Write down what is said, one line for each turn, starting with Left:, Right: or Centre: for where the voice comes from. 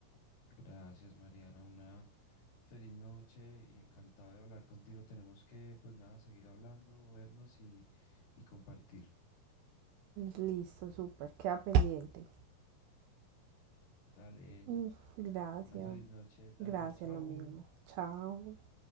Left: Gracias, Mariana. Una feliz noche y encantado de hablar contigo. Tenemos que, pues nada, seguir hablando, vernos y, y compartir.
Right: listo, súper. Queda pendiente.
Left: Dale,
Right: Mm, Gracias.
Left: una feliz noche. Dale,
Right: Gracias,
Left: chao.
Right: lo mismo. Chao.